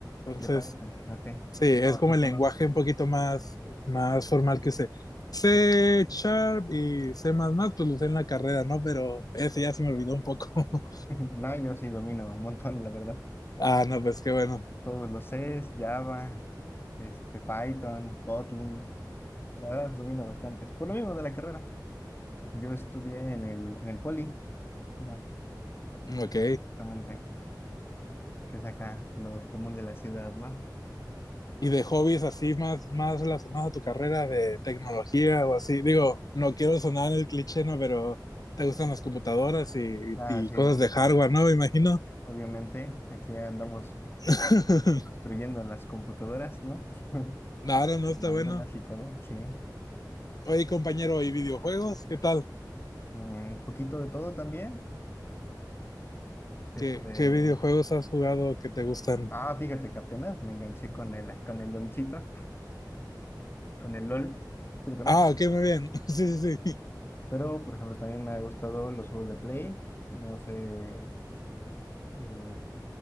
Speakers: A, on the left (about 55°); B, on the left (about 30°).
A: entonces...
B: de Python, ok.
A: Sí, es
B: No,
A: como
B: yo
A: el
B: conozco.
A: lenguaje un poquito más, más formal que C. C
B: <laughs>
A: Sharp y C++, pues lo usé en la carrera, ¿no? Pero ese ya se me olvidó un poco. <laughs>
B: No, yo sí domino un montón, la verdad.
A: Ah, no, pues qué bueno.
B: Todos los Cs, Java, este, Python, Kotlin, la verdad domino bastantes. Por lo mismo de la carrera. Yo estudié en el, en el Poli, mira,
A: Ok.
B: justamente, que es acá lo común de la ciudad, ¿no?
A: ¿Y de hobbies así más, más relacionados a tu carrera de tecnología o así? Digo, no quiero sonar el cliché, ¿no? Pero te gustan las computadoras y,
B: Ah,
A: y
B: sí,
A: cosas
B: o-
A: de hardware, ¿no? Me imagino.
B: obviamente, aquí andamos
A: <laughs>
B: construyendo las computadoras, ¿no? <laughs>
A: Claro, no
B: Armándolas
A: está bueno.
B: y todo, sí.
A: Oye, compañero, ¿y videojuegos? ¿Qué tal?
B: Un poquito de todo también. Este,
A: ¿Qué, qué videojuegos has jugado que te gustan?
B: Ah, fíjate que apenas me enganché con el, con el LOLcito, con el LOL, si lo conoces.
A: Ah, ok, muy bien. <laughs> Sí, sí, sí.
B: Pero, por ejemplo, también me ha gustado los juegos de Play. No sé, eh, lo